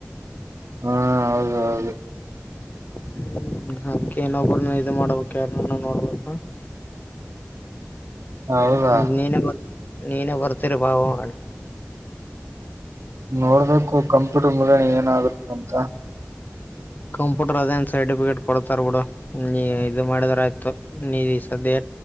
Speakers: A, on the right; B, on the left.
A: ಹಾ ಹೌದ ಹೌದು
B: ಹ್ಮ್ ಅದ್ಕೆ ನೊಬ್ರನ್ನ ಇದು ಮಾಡ್ಬೇಕ ಯಾರ್ನನ ನೋಡ್ಬೇಕ
A: ಹೌದಾ
B: ದ್ ನೀನೇ ಬರ್ ನೀನೇ ಬರ್ತೀರಿ ಬಾ ಹೋಗಣ
A: ನೋಡ್ಬೇಕು ಕಂಪ್ಯೂಟರ್ ಮುಗ್ಯಣ ಏನಾಗುತ್ತ ಅಂತ
B: ಕಂಪ್ಯೂಟರ್ ಅದೇನ್ ಸರ್ಟಿಫಿಕೇಟ್ ಕೊಡ್ತಾರ ಬಿಡು ನೀ ಇದು ಮಾಡಿದರ ಆಯ್ತು ನೀ ಈ ಸದ್ದೆ